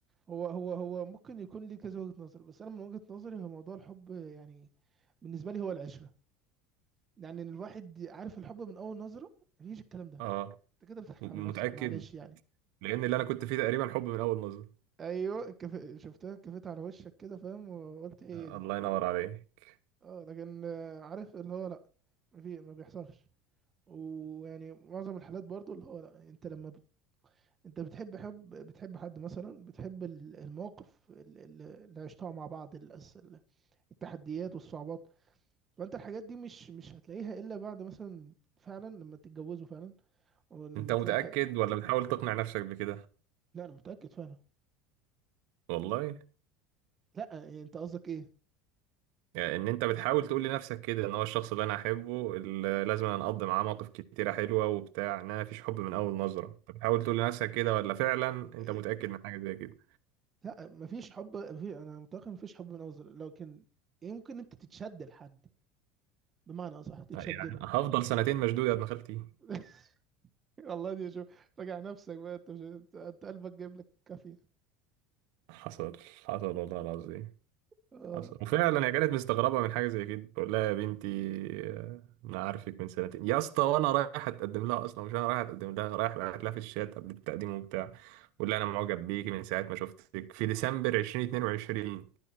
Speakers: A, on the right (about 25°); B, on the right (about 65°).
A: هو هو هو ممكن يكون ليه كذا وجهة نظر بس انا من وجهة نظري هو موضوع الحب يعني بالنسبة لي هو العشرة يعني إن الواحد عارف الحب من اول نظرة مفيش الكلام ده
B: اه
A: انت كده بتضحك
B: م-
A: على نفسك
B: متاكد
A: معلش يعني
B: لان اللي انا كنت فيه تقريبا حب من اول نظره
A: ايوه كف... شفتها كفيت على وشك كده فاهم وقلت هي
B: آه،
A: دي
B: الله ينور عليك
A: اه لكن آه، عارف اللي هو لا مفي... ما بيحصلش ويعني معظم الحالات برضو اللي هو لا انت لما بت... انت بتحب حب بتحب حد مثلا بتحب ال- المواقف ال- ال- اللي عشتها مع بعض الأس- التحديات والصعوبات فانت الحاجات دي مش مش هتلاقيها الا بعد مثلا فعلا لما تتجوزوا فعلا او لما
B: انت متاكد
A: تلاقي حق...
B: ولا بتحاول تقنع نفسك بكده
A: لا انا متاكد فعلا
B: والله
A: لا يعني انت قصدك ايه
B: يعني ان انت بتحاول تقول لنفسك كده ان هو الشخص اللي انا احبه اللي لازم انا اقضي معاه مواقف كتيره حلوه وبتاع ان انا مفيش حب من اول نظره بتحاول تقول لنفسك كده ولا فعلا انت
A: إيه،
B: متاكد من حاجه زي كده
A: لا مفيش حب في انا متاكد مفيش حب من اول زر- لكن يمكن انت تتشد لحد بمعنى اصح تتشد
B: لا، يعني
A: له
B: هفضل سنتين مشدود يا ابن خالتي
A: <laughs> والله دي شوف راجع نفسك بقى انت مش انت أنت قلبك جايب لك كافيه
B: حصل حصل والله العظيم
A: اه
B: حصل وفعلا هي كانت مستغربه من حاجه زي كده بقول لها يا بنتي آه، انا عارفك من سنتين يا اسطى وانا رايح اتقدم لها اصلا مش انا رايح اتقدم لها رايح بعت لها في الشات قبل التقديم وبتاع بقول لها انا معجب بيكي من ساعه ما شفتك في ديسمبر 2022